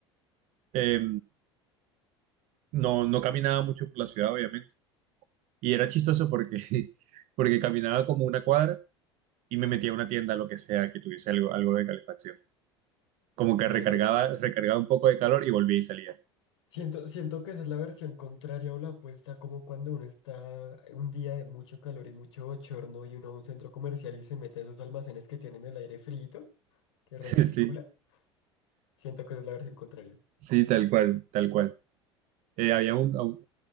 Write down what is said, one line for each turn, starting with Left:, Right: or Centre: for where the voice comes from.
Right: eh, no, no caminaba mucho por la ciudad, obviamente. Y era chistoso porque, <laughs> porque caminaba como una cuadra y me metía a una tienda, lo que sea, que tuviese algo, algo de calefacción. Como que
Left: Eso
Right: recargaba,
Left: es.
Right: recargaba un poco de calor y volvía y salía.
Left: Siento, siento que esa es la versión contraria o la opuesta, como cuando uno está un día de mucho calor y mucho bochorno y uno va a un centro comercial y se mete a esos almacenes que tienen el aire frito, que recircula.
Right: <laughs> Sí,
Left: Siento que esa es la versión contraria.
Right: sí, tal cual, tal cual. Eh, había un, un-